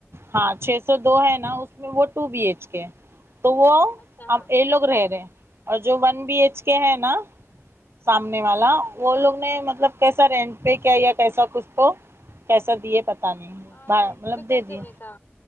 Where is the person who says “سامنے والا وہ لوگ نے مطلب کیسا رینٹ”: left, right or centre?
Right